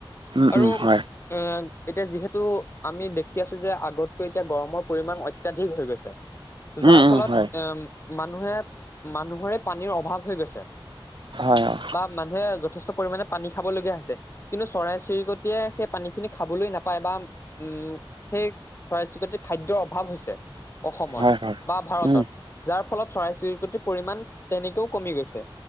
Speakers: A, on the right; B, on the left.
A: উম
B: আৰু
A: উম হয়
B: এ এতিয়া যিহেতু আমি দেখি আছো যে আগতকৈ এতিয়া গৰমৰ পৰিমাণ অত্যাধিক হৈ গৈছে। যাৰ
A: উম
B: ফলত
A: উম হয়
B: এ মানুহে মানুহৰে পানীৰ অভাৱ হৈ গৈছে।
A: হয়, অ'।
B: বা মানুহে যথেষ্ট পৰিমাণে পানী খাবলগীয়া হৈছে। কিন্তু চৰাই চিৰিকটিয়ে সেই পানীখিনি খাবলৈ নাপায় বা উম সেই চৰাই চিৰিকতি খাদ্যৰ অভাৱ হৈছে অসমত
A: হয় হয়
B: বা ভাৰতত।
A: উম
B: যাৰ ফলত চৰাই চিৰিকতিৰ পৰিমাণ তেনেকেও কমি গৈছে।